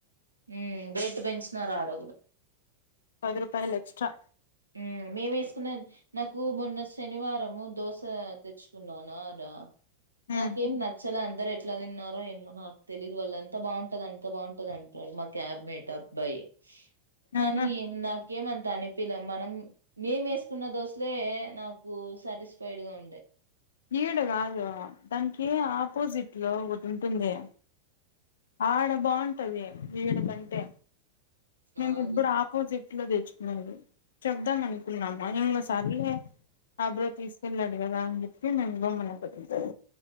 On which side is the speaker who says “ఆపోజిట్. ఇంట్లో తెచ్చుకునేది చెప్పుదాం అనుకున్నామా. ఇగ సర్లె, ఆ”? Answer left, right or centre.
Left